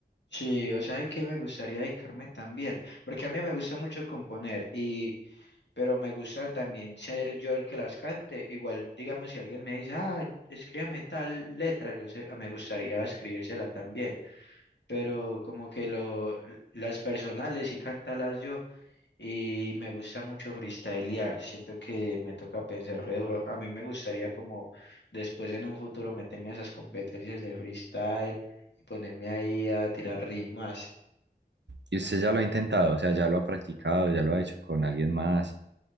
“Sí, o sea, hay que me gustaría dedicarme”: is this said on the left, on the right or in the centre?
Left